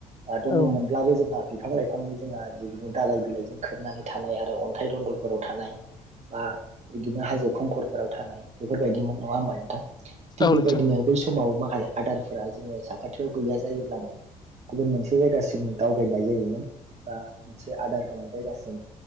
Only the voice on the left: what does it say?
औ
औ
नोंथां